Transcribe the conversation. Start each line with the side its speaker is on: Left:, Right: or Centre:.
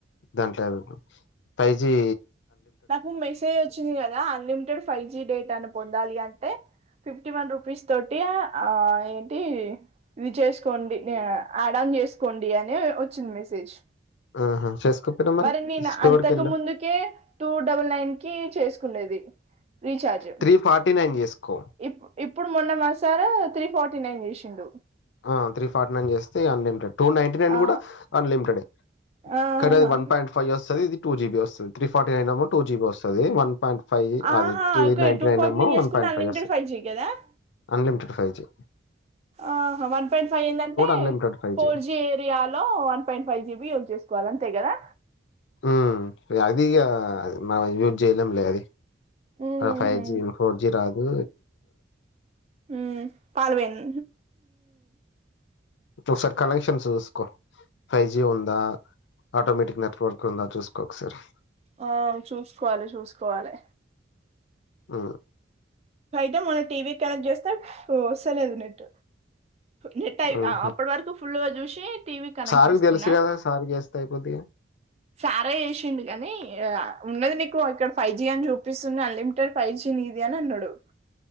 Left: దాంట్లో ఫైవ్ జి
Right: నాకు మెసేజ్ వచ్చింది కదా అన్లిమిటెడ్ ఫైవ్ జి డేటాని పొందాలి అంటే ఫిఫ్టీ వన్ రూపీస్ తోటి ఆ ఏంటి ఇవి చేసుకోండి ఆ ఆడ వేస్సుకోండి అని వచ్చింది మెసేజ్
Left: ఆహా చేసుకోపోయినా
Right: మరి నేను
Left: స్టోర్కి
Right: అంతక
Left: వెళ్ళు
Right: ముందుకే టూ డబుల్ నైన్ కి చేసుకుండేది రీచార్జ్
Left: త్రీ ఫార్టీ నైన్ చేసుకో
Right: ఇప్పు ఇప్పుడు మొన్న మాసారు త్రీ ఫార్టీ నైన్ చేసిండు
Left: ఆ త్రీ ఫార్టీ నైన్ చేస్తే అన్ టూ నైన్టీ నైన్
Right: ఆ
Left: కూడా అన్లిమిటెడ్
Right: ఆహా
Left: కానీ అది వన్ పాయింట్ ఫైవ్ వస్తది ఇది టూ జీబీ వస్తది త్రీ ఫార్టీ నైన్ ఏమో టూ జీబీ వస్తది వన్ వన్ పాయిట్ ఫైవ్
Right: ఆహా
Left: అది త్రీ
Right: ఓకే
Left: నైన్
Right: టూ
Left: టి నైన్
Right: ఫార్టీ
Left: ఏమో
Right: చేసుకున్న
Left: వన్ పాయింట్
Right: అన్లిమిటెడ్
Left: ఫైవ్ వస్తంది
Right: జీ కదా
Left: అన్లిమిటెడ్ ఫైవ్ జి
Right: ఆహ్ వన్ పాయింట్ ఫైవ్ ఎందంటే
Left: unlimited five
Right: four
Left: G
Right: G area లో one point five GB use చేసుకోవాల తే గదా
Left: ఉమ్ అది ఇగ మనం యూజ్ చేయలేం లే అది
Right: ఊహు
Left: ఫైవ్ జి ఫోర్ జి రాదు
Right: మ్ పాల్వెన్
Left: ఇంకొసారి కనెక్షన్స్ చూసుకో ఫైవ్ జి ఉందా ఆటోమేటిక్ నెట్ వర్క్ ఉంద చూసుకోకసారి
Right: ఆ చూసుకోవాలి చూసుకోవాలి
Left: ఉ
Right: అయితే మొన్న టీవీ కనెక్ట్ చేస్తే వస్తలేదు నెట్ నెట్ అయ్
Left: ఉహు
Right: ఆ అప్పటి వరకు ఫుల్లుగా చూసి టీవీకి కనెక్ట్
Left: సార్కి
Right: చేసుకున్నా
Left: తెలుసు కదా సార్కి చేస్తే అయిపోద్ది
Right: సారె చేసిండు గనీ ఆ ఉన్నది నీకు అక్కడ ఫైజి అని చూపిస్తుంది అన్లిమిటెడ్ ఫైజి ని ఇద్యాన అన్నడు